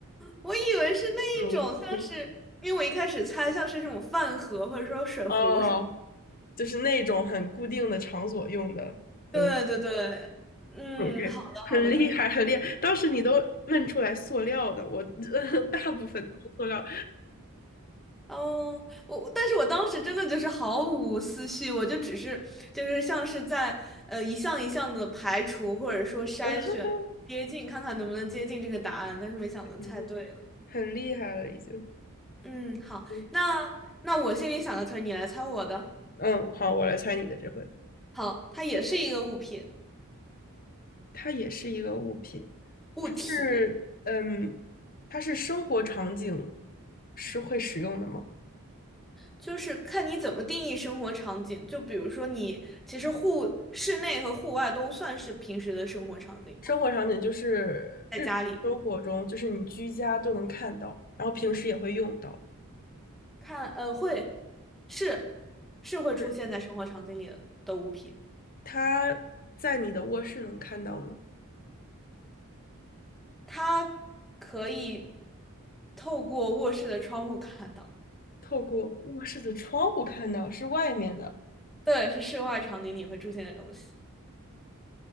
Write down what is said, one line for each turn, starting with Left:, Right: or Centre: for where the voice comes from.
Centre: 我以为是那一种，
Left: 容器。
Centre: 像是因为我一开始猜像是这种饭盒或者说水壶是，
Left: 哦，就是那种很固定的场所用的都
Centre: 对对对，
Left: <laughs>
Centre: 嗯，
Left: OK，
Centre: 好的好的，
Left: 很厉害，
Centre: 嗯，
Left: 很厉害。当时你都问出来塑料的，我 <laughs> 大部分都是塑料，
Centre: 哦，我我但是我当时真的就是毫无思绪，我就只是就是像是在呃一项一项的排除或者说筛选接近，
Left: <laughs>
Centre: 看看能不能接近这个答案，但是没想到猜对了。
Left: 很厉害，很厉害了已经。
Centre: 嗯，好，
Left: 嗯，
Centre: 那那我心里想个词儿，你来猜我的。
Left: 嗯好，我来猜你的这回，
Centre: 好，它也是一个物品
Left: 它也是一个物品，
Centre: 物体，
Left: 它是嗯，它是生活场景是会使用的吗？
Centre: 就是看你怎么定义生活场景。就比如说你其实户室内和户外都算是平时的生活场景吗？
Left: 生活场景就是日常生活中，
Centre: 在家里。
Left: 就是你居家都能看到，然后平时也会用到的。
Centre: 看，呃，会，是是会出现在生活场景里的的物品，
Left: 嗯，它在你的卧室能看到吗？
Centre: 它可以透过卧室的窗户看到。
Left: 透过卧室的窗户看到，是外面的。
Centre: 对，是室外场景里会出现的东西，